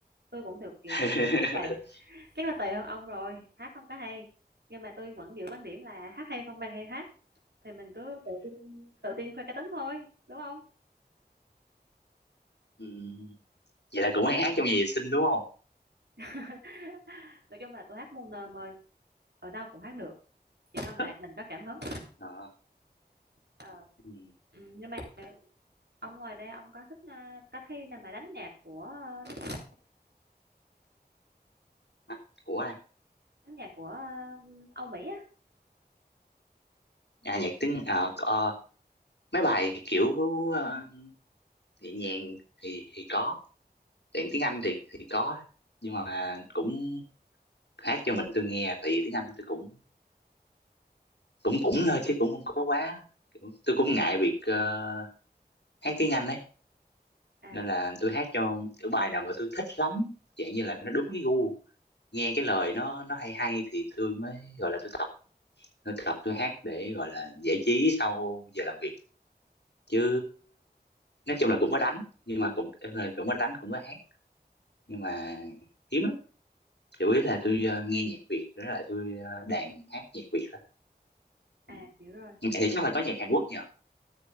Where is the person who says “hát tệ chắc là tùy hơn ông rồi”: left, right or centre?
Right